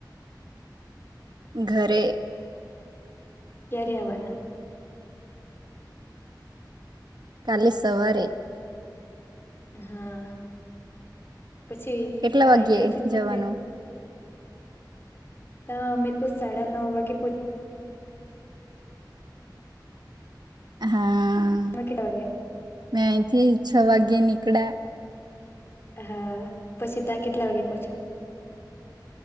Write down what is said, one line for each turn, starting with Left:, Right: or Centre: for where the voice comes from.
Right: ઘરે
Left: ક્યારે આવનના?
Right: કાલે સવારે
Left: હા પછી
Right: કેટલા
Left: ત્યા
Right: વાગ્યે
Left: ઇન્ટનશીપમાં
Right: જવાનું
Left: ક્યા? ત મેં તો સાડા નવ વાગે પ
Right: હા
Left: મ કેટ આવ્યા?
Right: મેહથી છ વાગે નીકળ્યા.
Left: હા પછી ત્યાં કેટલા વાગે પહોંછો?